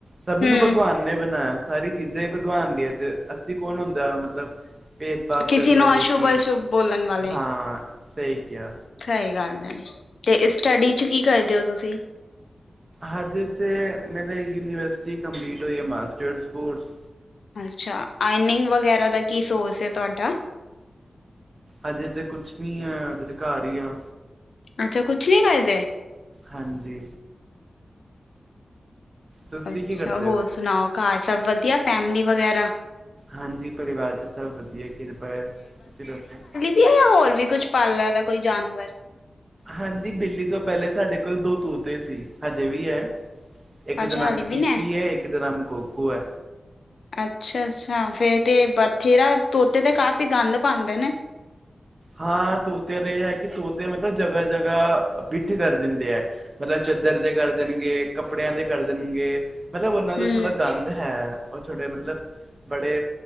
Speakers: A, on the right; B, on the left.
A: ਸਭ
B: ਹਮ
A: ਨੂੰ ਭਗਵਾਨ ਨੇ ਬਣਾਇਆ ਸਾਰੀ ਚੀਜ਼ਾਂ ਹੀ ਭਗਵਾਨ ਦੀਆਂ ਤੇ ਅੱਸੀ ਕੌਣ ਹੁੰਦੇ ਮਤਲਬ ਭੇਦ-ਭਾਵ
B: ਕਿਸੇ
A: ਕਰਨ
B: ਨੂੰ
A: ਵਾਲੇ
B: ਅਸ਼ੁਭ
A: ਕੀ,
B: ਅਸ਼ੁਭ ਬੋਲਣ ਵਾਲੇ
A: ਹਾਂ ਸਹੀ ਕਿਆ।
B: ਸਹੀ ਗੱਲ ਐ, ਤੇ ਸਟੱਡੀ ਚ ਕੀ ਕਰਦੇ ਔ ਤੁਸੀਂ?
A: ਹਜੇ ਤੇ ਮੇਰੇ ਯੂਨੀਵਰਸਿਟੀ ਕੰਪਲੀਟ ਹੋਈ ਐ ਮਾਸਟਰ ਕੋਰਸ।
B: ਅੱਛਾ ਆਈਨਿੰਗ ਵਗੈਰਾ ਦਾ ਕੀ ਸੋਰਸ ਐ ਤੁਹਾਡਾ?
A: ਹਜੇ ਤੇ ਕੁਛ ਨੀ ਆ ਹਜੇ ਤਾਂ ਘਰ ਈ ਆ।
B: ਅੱਛਾ ਕੁਛ ਨੀ ਕਰਦੇ?
A: ਹਾਂਜੀ, ਤੁਸੀਂ
B: ਅੱਛਾ
A: ਕੀ ਕਰਦੇ
B: ਹੋਰ
A: ਹੋ
B: ਸੁਣਾਓ ਘਰ ਸਭ ਵਧੀਆ ਫੈਮਲੀ ਵਗੈਰਾ?
A: ਹਾਂਜੀ ਪਰਿਵਾਰ ਚ ਸਭ ਵਧੀਆ ਕਿਰਪਾ ਐ, ਤੁਸੀਂ ਦੱਸੋ?
B: ਵਧੀਆ ਜਾਂ ਹੋਰ ਵੀ ਕੁਛ ਪਾਲ ਲੈਂਦਾ ਕੋਈ ਜਾਨਵਰ।
A: ਹਾਂਜੀ ਬਿੱਲੀ ਤੋਂ ਪਹਿਲੇ ਸਾਡੇ ਕੋਲ ਦੋ ਤੋਤੇ ਸੀ ਹਜੇ ਵੀ ਐ। ਇੱਕ
B: ਅੱਛਾ
A: ਦਾ ਨਾਮ
B: ਹਾਲੇ ਵੀ
A: ਕੀਕੀ
B: ਨੇ
A: ਐ ਇੱਕ ਦਾ ਨਾਮ ਕੋਕੂ ਐ।
B: ਅੱਛਾ-ਅੱਛਾ ਫੇਰ ਤੇ ਬਥੇਰਾ ਤੋਤੇ ਤੇ ਕਾਫ਼ੀ ਗੰਦ ਪਾਦੇ ਨੇ।
A: ਹਾਂ ਤੋਤਿਆਂ ਦਾ ਇਹ ਐ ਕਿ ਤੋਤੇ ਮਤਲਬ ਜਗ੍ਹਾ-ਜਗ੍ਹਾ ਬਿੱਠ ਕਰ ਦਿੰਦੇ ਐ। ਮਤਲਬ ਚਾਦਰ ਤੇ ਕਰ ਦੇਣਗੇ, ਕੱਪੜਿਆਂ ਤੇ ਕਰ ਦੇਣਗੇ। ਮਤਲਬ ਉਹਨਾਂ ਦਾ
B: ਹਮ
A: ਥੋੜ੍ਹਾ ਗੰਦ ਹੈ। ਉਹ ਛੋਟੇ ਮਤਲਬ, ਬੜੇ